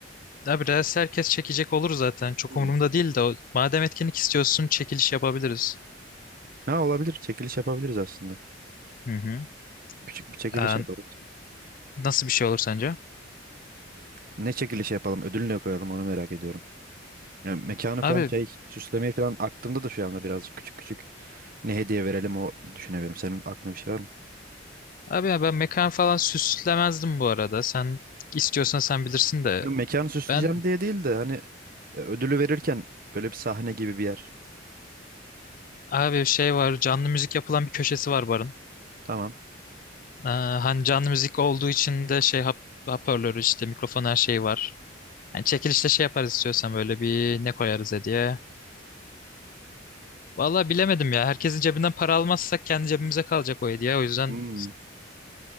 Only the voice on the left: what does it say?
Abi reels herkes çekecek olur zaten. Çok
umurumda değil de o- madem etkinlik istiyorsun çekiliş yapabiliriz.
Hı hı.
Ee,
nasıl bir şey olur sence?
Abi
abi ya ben mekan falan süslemezdim bu arada. Sen istiyorsan sen bilirsin de
ben
abi şey var canlı müzik yapılan bir köşesi var barın.
Ee, hani canlı müzik olduğu için de şey hap, hoparlörü işte mikrofon her şey var. Yani çekilişte şey yaparız istiyorsan böyle bir ne koyarız diye. Vallahi bilemedim ya. Herkesin cebinden para almazsak kendi cebimize kalacak o hediye. O yüzden